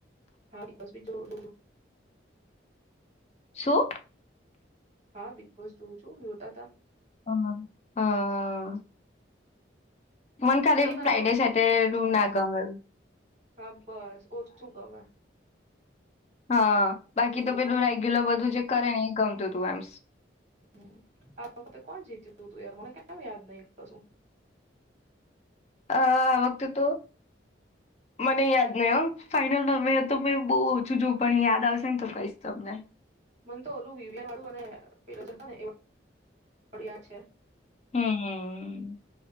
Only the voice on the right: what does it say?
હા, બિગ બૉસ ભી જોવ જોવ છું.
હા બિગ બૉસ જોઉં છું, જોતાતા.
એ મને
થોડું
હા, બસ ઓછું ગમે.
થોડું
ઓછું
હમ્મ, આ વખતે કોણ જીત્યું તું, યાર મને કેમ યાદ નહી કશું?
મને તો ઓલું <unintelligible> અને પેલો જ હતો ને એ વાળુ થોડું યાદ છે.